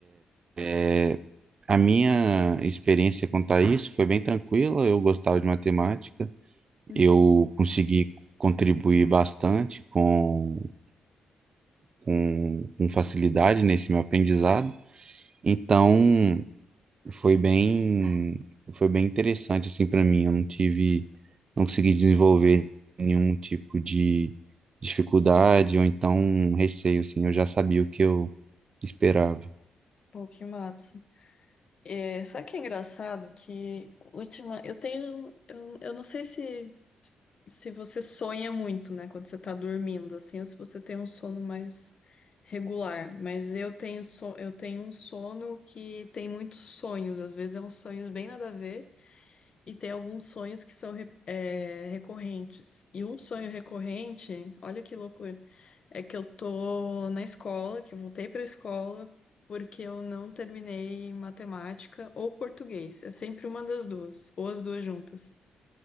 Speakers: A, on the right; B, on the left.
A: É, a minha experiência quanto a isso foi bem tranquila, eu gostava de matemática,
B: uhum.
A: eu consegui contribuir bastante com, com, com facilidade nesse meu aprendizado. Então, foi bem, foi bem interessante assim para mim. Eu não tive, não consegui desenvolver nenhum tipo de dificuldade ou então um receio assim. Eu já sabia o que eu esperava.
B: Pô, que massa. É, sabe o que é engraçado? Que última, eu tenho, eu, eu não sei se se você sonha muito, né, quando você tá dormindo, assim, ou se você tem um sono mais regular. Mas eu tenho so eu tenho um sono que tem muitos sonhos, às vezes é uns sonhos bem nada a ver, e tem alguns sonhos que são re- é, recorrentes. E um sonho recorrente, olha que loucura, é que eu tô na escola, que eu voltei pra escola. Porque eu não terminei matemática ou português. É sempre uma das duas, ou as duas juntas.